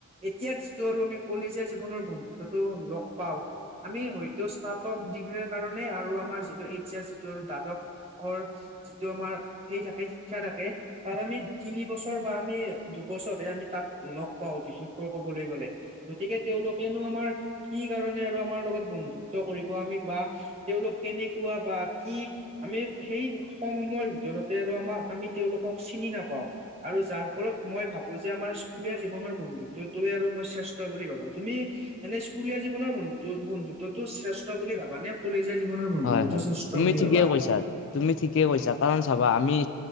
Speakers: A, on the right; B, on the left.
A: এতিয়া যিটো আৰু আমি কলেজীয়া জীৱনৰ বন্ধুত্বটো লগ পাওঁ, আমি হয়তো ষ্টাপ- টপ ডিগ্ৰীৰ কাৰণে আৰু আমাৰ যিটো এইচ এচ যিটো আৰু দ্বাদশৰ- যিটো আমাৰ সেই থাকে শিক্ষা থাকে, তাত আমি তিনি বছ- ছৰ বা আমি দুবছৰে আমি তাত লগ পাওঁ বিশেষকৈ কবলৈ গলে, গতিকে তেওঁলোক- কেনো আমাৰ কি কাৰণে আৰু আমাৰ লগত বন্ধুত্ব কৰিব আমি বা- তেওঁলোক কেনেকুৱা বা কি? আমি সেই কম সময়ৰ ভিতৰতে আৰু আমাৰ আমি তেওঁলোকক চিনি নাপাওঁ। আৰু যাৰ ফলত মই ভাব- যে আমাৰ স্কুলীয়া জীৱনৰ বন্ধুত টোয়ে আৰু মই শ্ৰেষ্ঠ বুলি ভাবো। তুমি- এনেই স্কুলীয়া জীৱনৰ বন্ধু বন্ধুত্বটো শ্ৰেষ্ঠ বুলি ভাবা নে? কলেজীয়া জীৱনৰ বন্ধুতটো
B: হয় হয়
A: শ্ৰেষ্ঠ
B: তুমি
A: বুলি
B: ঠিকেই
A: ভাবা।
B: কৈছা তুমি ঠিকে কৈছা। কাৰণ চাবা আমি-